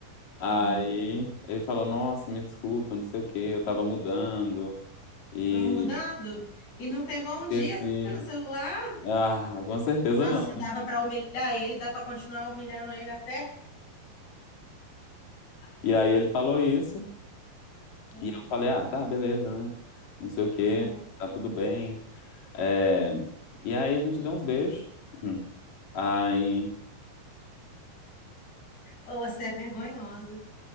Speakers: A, on the left; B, on the left.
A: Aí
B: Hum.
A: ele falou: nossa, me desculpa, não sei o que, eu tava
B: Hum.
A: mudando e
B: Estão mudando? E não pegou um dia
A: esqueci.
B: no celular?
A: Ah, com certeza
B: Nossa,
A: não.
B: dava para humilhar ele, dá para continuar humilhando ele até.
A: E aí ele falou isso,
B: Hum,
A: e eu falei, ah, tá, beleza, né? Não sei o quê,
B: hum.
A: tá tudo bem. É, E aí a gente deu uns beijos. Aí,
B: Ou você é vergonhosa.